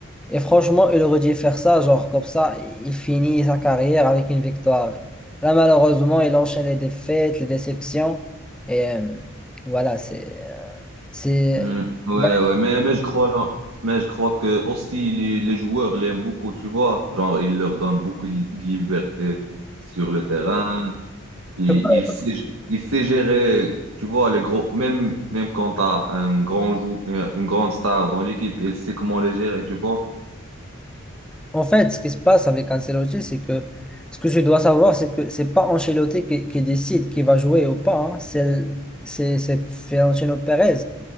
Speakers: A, in the centre; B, on the right.
A: Et franchement, il aurait dû faire ça, genre, comme ça, il finit sa carrière avec une victoire. Là, malheureusement, il enchaîne les défaites, les déceptions, et euh, voilà, c'est. euh, c'est.
B: Hmm. Ouais,
A: il va-
B: ouais, mais, mais je crois, genre- mais je crois que aussi les, les joueurs l'aiment beaucoup, tu vois. Genre, il leur donne beaucoup de liberté sur le terrain. Il,
A: Je
B: il sait, il sait gérer, tu vois, les gros, même, même quand tu as un grand jou, une une grande star dans l'équipe, il sait comment les gérer, tu vois.
A: En fait, ce qui se passe avec Ancelotti, c'est que ce que je dois savoir, c'est que c'est pas Ancelotti qui, qui décide qui va jouer ou pas. hein. C'est c'est c'est Florentino Pérez